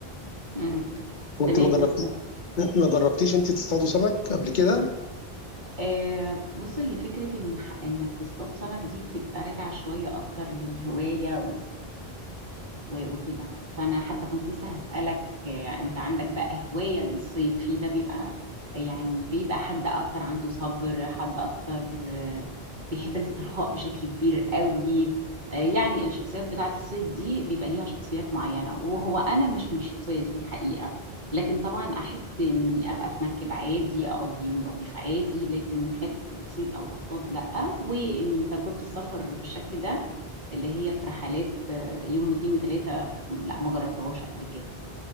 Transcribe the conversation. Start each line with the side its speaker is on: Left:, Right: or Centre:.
Right: امم
Left: وانت
Right: تمام
Left: ما جربتيش
Right: طب
Left: ما جربتيش انت تصطادوا سمك قبل كده؟
Right: آه بص هي فكرة إن ح- إنك تصطاد سمك دي بتبقى راجعة شوية أكتر للهواية و... و... وكده فأنا حتى كنت لسه هسألك آه أنت عندك بقى هواية للصيد في ده بيبقى يعني بيبقى حد أكتر عنده صبر حد أكتر بيحب الاسترخاء بشكل كبير قوي آه، يعني الشخصيات بتاعت الصيد دي بيبقى ليها شخصيات معينة وهو أنا مش من الشخصية دي في الحقيقة لكن طبعا أحب إني أبقى في مركب عادي أقضي يوم لطيف عادي لكن حتة الصيد أو الأصطاد لأ وإني تجربة السفر بالشكل ده اللي هي في رحلات آه، يوم واتنين وتلاتة لأ ما جربتهاش قبل كده